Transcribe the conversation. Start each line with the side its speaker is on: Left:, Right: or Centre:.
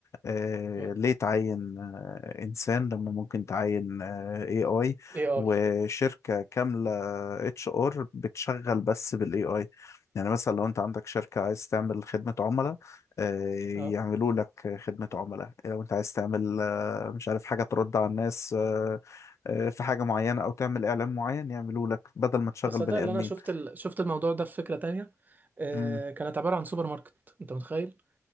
Left: آه،
Right: اه
Left: ليه تعين آه، انسان لما ممكن تعين اي اي
Right: اي اي
Left: وشركه كامله اتش ار بتشغل بس بالاي اي يعني مثلا لو انت عندك شركه عايز تعمل خدمه عملاء آه،
Right: اه
Left: يعملوا لك خدمه عملاء لو انت عايز تعمل آه، مش عارف حاجه ترد على الناس آه، آه، في حاجة معينة أو تعمل إعلان معين يعملوه لك بدل ما تشغل
Right: تصدق
Left: بني
Right: ان
Left: آدمين
Right: انا شفت ال... شفت الموضوع ده في فكره تانية آه،
Left: امم
Right: كانت عباره عن سوبر ماركت انت متخيل